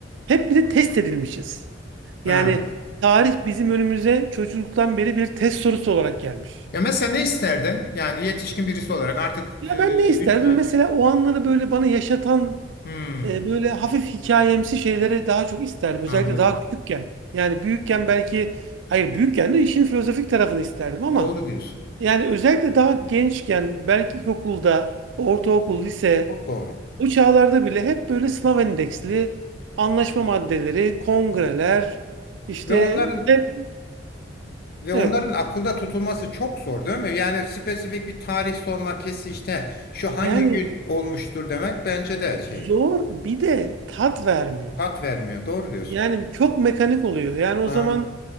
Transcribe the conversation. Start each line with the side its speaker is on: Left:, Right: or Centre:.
Right: hep bir de test edilmişiz.
Left: Ha.
Right: Yani tarih bizim önümüze çocukluktan beri bir test sorusu olarak gelmiş.
Left: Ya mesela ne isterdin? Yani yetişkin birisi olarak artık
Right: Ya
Left: e,
Right: ben ne isterdim?
Left: üç tane.
Right: Mesela o anları böyle bana yaşatan
Left: Hmm,
Right: e, böyle hafif hikayemsi şeyleri daha çok isterdim. Özellikle
Left: anladım.
Right: daha küçükken. Yani büyükken belki hayır büyükken de işin filozofik tarafını isterdim ama
Left: Doğru diyorsun.
Right: yani özellikle daha gençken belki ilkokulda, ortaokul, lise
Left: Çok doğru.
Right: bu çağlarda bile hep böyle sınav endeksli anlaşma maddeleri, kongreler işte
Left: Ve onların
Right: hep
Left: ve onların
Right: evet.
Left: akılda tutulması çok zor değil mi? Yani spesifik bir tarih sormak kesin işte şu hangi
Right: Yani
Left: gün olmuştur demek bence de şey
Right: zor bir de tat vermiyor.
Left: tat vermiyor. Doğru diyorsun.
Right: Yani çok mekanik oluyor. Yani
Left: Ha,
Right: o zaman